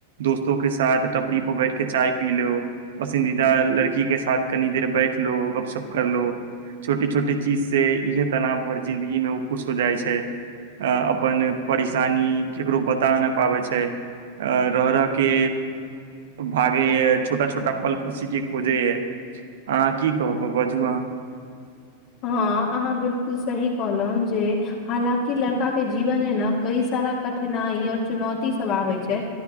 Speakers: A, on the right; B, on the left.
A: दोस्तो के साथ टपरी पर बैठके चाय पी लो, पसन्दीदा लड़की के साथ कनी देर बैठ लो, गपशप करलो, छोटे-छोटे चीजसँ इएह तनाव भरल जिंन्दगीमे ओ खुश हो जाइ छैय। अपन परेशानी केकरो बता नै पाबैय छैय। रह-रह के भागैय हय छोटा- छोटा पल खुशी के खोजए ये अहाँ की कहबै बाजू अहाँ,
B: हँ अहाँ बिलकुल सही कहलौं जे हालांकि लड़का के जीबनमे न कइ- सारा कठिनाइ ओ चुनौती सब आबैय छै